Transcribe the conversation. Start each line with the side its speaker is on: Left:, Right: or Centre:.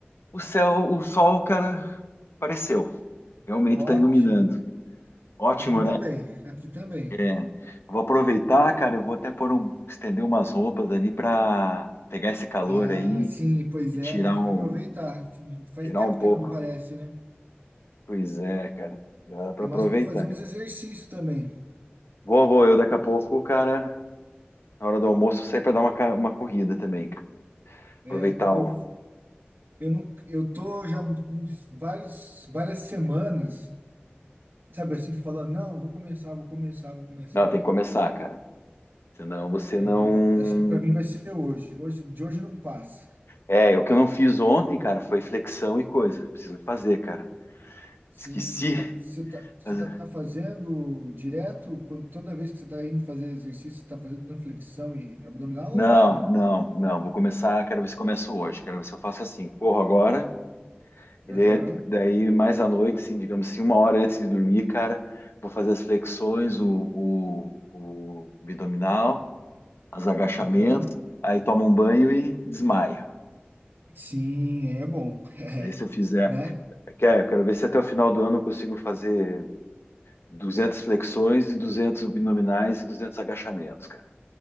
Left: o céu, o sol, cara, apareceu. Realmente
Right: Ótimo.
Left: tá iluminando. Ótimo,
Right: Aqui também,
Left: né?
Right: aqui também.
Left: É. Vou aproveitar, cara, eu vou até pôr um, estender umas roupas ali pra pegar esse calor
Right: Ah,
Left: aí
Right: sim, pois
Left: e
Right: é,
Left: tirar
Right: né? Tem
Left: um,
Right: que aproveitar. que Faz
Left: tirar
Right: tempo
Left: um pouco.
Right: que não parece, né?
Left: Pois é, cara, dá pra
Right: É
Left: aproveitar.
Right: mais para fazer uns exercícios também.
Left: Vou, vou. Eu daqui a pouco, cara, na hora do almoço, sair pra dar uma, ca- uma corrida também, cara.
Right: É,
Left: Aproveitar
Right: eu
Left: o.
Right: eu não eu tô já uns vários várias semanas, sabe assim, falando, não, vou começar, vou começar, vou começar.
Left: Não, tem que começar, cara. Senão você
Right: É,
Left: não.
Right: é, acho que para mim vai ser hoje. Hoje, de hoje não passa.
Left: É, é, o que eu não fiz ontem, cara, foi flexão e coisa. Preciso fazer, cara.
Right: Sim,
Left: Esqueci.
Right: você tá, você
Left: Mas-
Right: tá fazendo direto, quando, toda vez que você tá indo fazer exercício, você tá fazendo flexão e abdominal?
Left: Não,
Right: ou Não.
Left: não, não. Vou começar. Quero ver se começo hoje. Quero ver se eu faço assim. Corro agora. E daí,
Right: Aham,
Left: daí mais à noite, assim, digamos assim, uma hora antes de dormir, cara, vou fazer as flexões, o, o, o abdominal. os agachamentos,
Right: aham.
Left: aí tomo um banho e desmaio.
Right: Sim, é bom. <laughs> É,
Left: E daí se eu fizer,
Right: Né?
Left: quer- eu quero ver se até o final do ano eu consigo fazer 200 flexões e duzentos abdominais e duzentos agachamentos, cara.